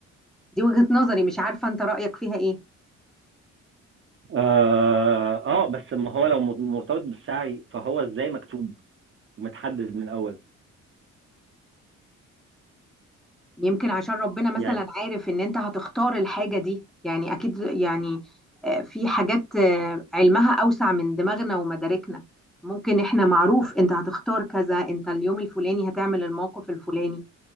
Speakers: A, in the centre; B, on the right.
A: دي وجهة نظري مش عارفة انت رأيك فيها ايه
B: آه, اه بس ما هو لو مرتبط بالسعي فهو ازاي مكتوب ومتحدد من الاول
A: يمكن عشان ربنا مثلا
B: يعني
A: عارف ان انت هتختار الحاجة دي يعني اكيد يعني آه، في حاجات آه، علمها اوسع من دماغنا ومداركنا ممكن احنا معروف انت هتختار كذا انت اليوم الفلاني هتعمل الموقف الفلاني